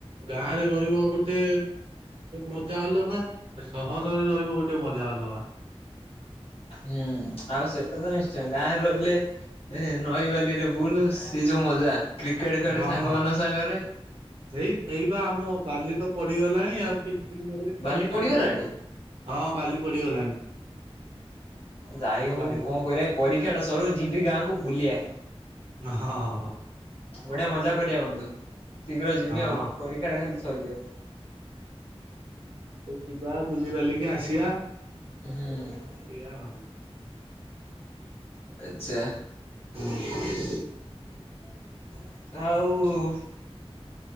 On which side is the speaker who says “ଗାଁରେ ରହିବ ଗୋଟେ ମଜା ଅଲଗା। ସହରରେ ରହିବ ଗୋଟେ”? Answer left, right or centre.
Right